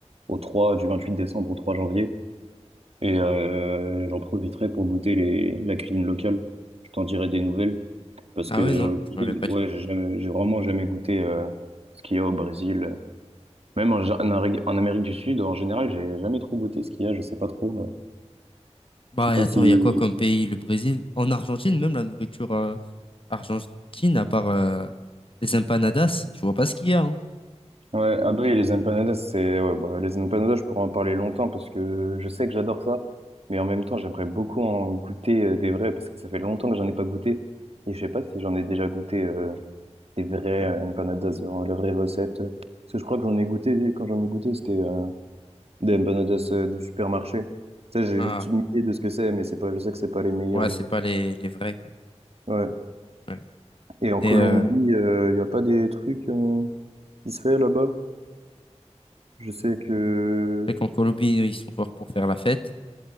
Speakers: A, on the right; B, on the left.
A: au 3, du 28 décembre au 3 janvier. Et euh, j'en profiterai pour goûter les, la cuisine locale. Je t'en dirai des nouvelles parce
B: Ah
A: que le
B: ouais, non,
A: Brésil,
B: tu m'avais pas
A: ouais,
B: dit.
A: j'ai jamais, j'ai vraiment jamais goûté euh, ce qu'il y a au Brésil. Même en, en, Amérique en Amérique du Sud, en général, j'ai jamais trop goûté ce qu'il y a. Je sais pas trop. euh,
B: Bah,
A: je sais pas
B: et attends,
A: si
B: il y a quoi comme pays? Le Brésil? En Argentine, même la nourriture euh, argentine, à part euh, les empanadas, je vois pas ce qu'il y a. hein.
A: Ouais, ah bah oui, les empanadas, c'est ouais, bah, les empanadas, je pourrais en parler longtemps parce que je sais que j'adore ça, mais en même temps, j'aimerais beaucoup en goûter euh, des vrais parce que ça fait longtemps que j'en ai pas goûté et je sais pas si j'en ai déjà goûté euh, des vrais euh, empanadas, euh, la vraie recette. Parce que je crois que j'en ai goûté quand j'en ai goûté, c'était euh, des empanadas euh, du supermarché. Ça, j'ai
B: Ah,
A: juste une idée de ce que c'est, mais c'est pas, je sais que c'est pas les meilleurs
B: ouais,
A: du
B: c'est
A: coup.
B: pas les, les vrais, quoi.
A: Ouais.
B: Ouais.
A: Et en Colombie,
B: Et euh, je
A: il y a pas des trucs euh, qui se fait là-bas? Je sais que
B: sais qu'en Colombie, ils sont forts pour faire la fête.